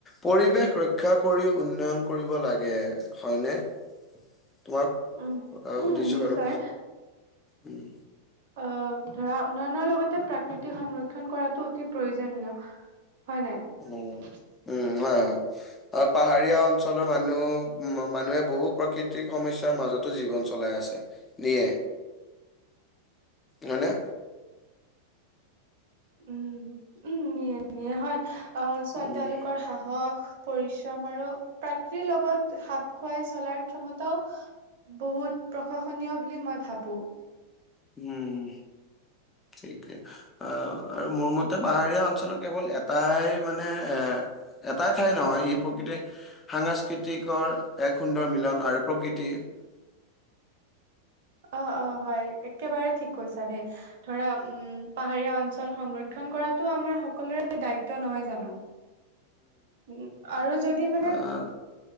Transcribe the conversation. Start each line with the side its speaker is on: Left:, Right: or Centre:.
Left: পৰিৱেশ ৰক্ষা কৰিও উন্নয়ন কৰিব লাগে। হয়নে তোমাক
Right: উম উম
Left: সুধিছো
Right: নিশ্চয়
Left: বাৰু? উম
Right: আহ ধৰা উন্নয়নৰ লগতে প্ৰাকৃতিক সংৰক্ষণ কৰাটো অতি প্ৰয়োজনীয়। হয় নাই।
Left: উম উম হয়, হয় পাহাৰীয়া অঞ্চলৰ মানুহ, মানুহে বহু প্ৰাকৃতিক সমস্যাৰ মাজতো জীৱন চলাই আছে নিয়ে। হয়নে
Right: উম উম নিয়ে নিয়ে হয় চোৱা
Left: উম
Right: তেওঁলোকৰ সাহস পৰিশ্ৰম আৰু প্ৰাকৃতিৰ লগত খাপ খুৱাই চলাৰ ক্ষমতাও বহুত প্ৰশংসনীয় বুলি মই ভাবোঁ
Left: হুম ঠিকেই অ আৰু মোৰ মতে পাহাৰীয়া অঞ্চলৰ কেৱল এটাই মানে এ এটাই ঠাই নহয় ই প্ৰকৃতি সাংস্কৃতিকৰ এক সুন্দৰ মিলন আৰু প্ৰকৃতি <unintelligible>
Right: অ অ হয় একেবাৰে ঠিক কৈছা দেই ধৰা উম পাহাৰীয়া অঞ্চল সংৰক্ষণ কৰাতটো আমাৰ সকলোৰে দায়িত্ব নহয় জানো উম আৰু যদি মানে
Left: আহ